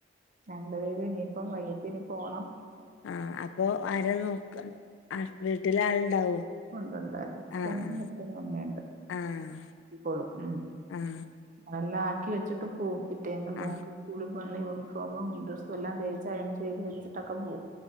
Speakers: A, on the right; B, on the left.
A: രണ്ടു പേരും ഇനിയിപ്പം വൈകിട്ട് ഇനി പോണം
B: ആഹ അപ്പൊ ആര നോക്ക വീട്ടില് ആളുണ്ടാവോ
A: ഉണ്ട്ണ്ട് ഹസ്ബൻഡും
B: ആഹ്
A: അച്ഛനും അമ്മയുണ്ട്
B: ആഹ്
A: നോക്കിക്കോളും ഉം
B: ആഹ്
A: അതെല്ലാം ആക്കി വെച്ചിട്ട് പോവും പിറ്റേന്ന് മോക്ക്
B: ആഹ് ആഹ്
A: സ്കൂളിൽ പോകാനുള്ള യൂണിഫോമും ഡ്രസ്സും എല്ലാം തേച്ച് അയൺ ചെയ്ത് വെച്ചിട്ടൊക്കെ പോവും